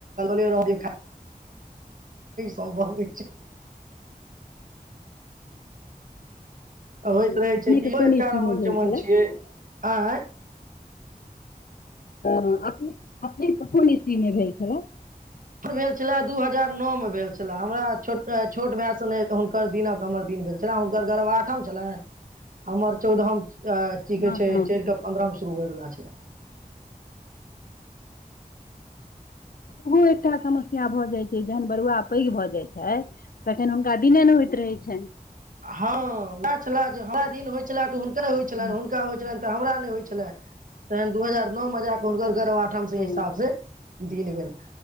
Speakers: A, on the right; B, on the left.
A: लल सम्भव छै
B: अपनेके
A: होइत रहै छै कि
B: कोन
A: एकटा
B: ईस्वी
A: रमन
B: मे भेल
A: चमन
B: छलए
A: छियै आठ
B: ह अपने को ीमे भेल खा
A: हम भेल छलए दू हजार नओमे भेल छलए हमरा छोट छोट भायसँ नहि हुनकर दिनक हमर दिन भेल छलए हुनकर गर्व आठम छलनि हमर चौदहम अ की
B: हँ
A: कहे छै
B: हँ
A: चढ़ के पन्द्रह स शुरू होइ गेलला छलै
B: ओ एकटा समस्या भऽ जाइत छै जहन बरुआ पैघ भऽ जाइत छै तखन हुनका दिने ने होइत रहैत छनि
A: हँ उएह छल जे हमरा दिन होइत छले तऽ हुनके होइत छलनि
B: हँ
A: हुनका होइत छलनि हमरा नहि होइ छलै तहन दू हजार नओ मे जााकऽ हुनकर गर्व आठम से
B: हँ
A: हिसाब से दन भेलन